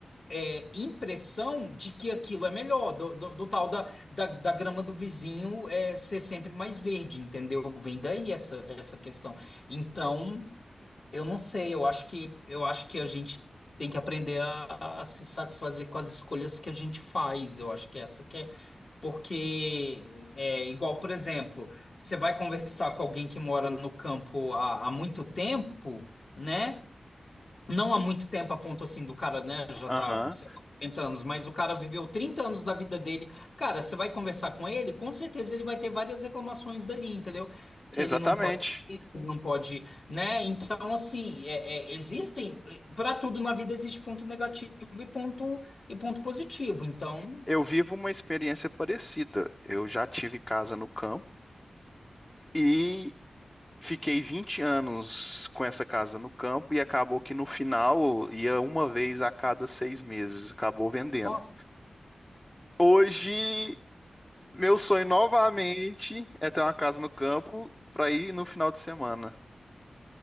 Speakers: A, on the left; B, on the left.
A: é, impressão de que aquilo é melhor, do, do, do tal da, da, da grama do vizinho é, ser sempre mais verde, entendeu? Vem daí essa, essa questão. Então, eu não sei, eu acho que, eu acho que a gente tem que aprender a, a se satisfazer com as escolhas que a gente faz, eu acho que é essa que é. Porque é igual, por exemplo, você vai conversar com alguém que mora no campo há, há muito tempo, né? não há muito tempo a ponto assim do cara, né, já
B: Aham,
A: tá, sei lá, 40 anos, mas o cara viveu 30 anos da vida dele. Cara, você vai conversar com ele, com certeza ele vai ter várias reclamações dali, entendeu?
B: exatamente.
A: Que ele não pode, ir, que ele não pode, né? Então, assim, é- é- existem, para tudo na vida existe ponto negativo e ponto, e ponto positivo. Então,
B: Eu vivo uma experiência parecida. Eu já tive casa no campo e Fiquei 20 anos com essa casa no campo e acabou que no final ia uma vez a cada seis meses, acabou vendendo.
A: nossa,
B: Hoje, meu sonho novamente é ter uma casa no campo para ir no final de semana.